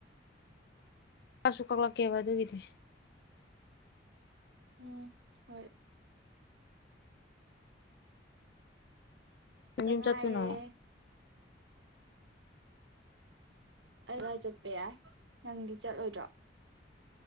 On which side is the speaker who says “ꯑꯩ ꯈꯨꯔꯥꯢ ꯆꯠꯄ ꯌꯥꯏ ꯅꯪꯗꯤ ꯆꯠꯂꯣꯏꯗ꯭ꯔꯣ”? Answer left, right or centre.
Right